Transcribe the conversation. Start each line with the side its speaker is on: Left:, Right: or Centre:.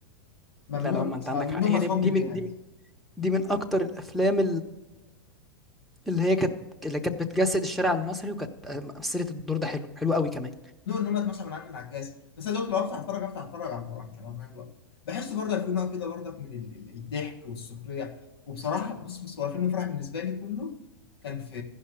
Left: ممنوع
Centre: لا لا ما انت عندك
Left: ممنوع
Centre: حق هي
Left: مسحوب
Centre: دي دي
Left: من الجهاز
Centre: من دي من دي من اكتر الافلام اللي هي كانت اللي كانت بتجسد الشارع المصري وكانت مثلت الدور ده حلو حلو قوي كمان
Left: ممنوع ان هم اتمسح من عندي من على الجهاز بس انا دلوقتي لو افتح اتفرج افتح اتفرج على الفرح مش على برنامج الأب. بحس برضه في نوع كده برضه من ال- ال- الضحك والسخريه وبصراحه بص بص هو فيلم الفرح بالنسبه لي كله كان في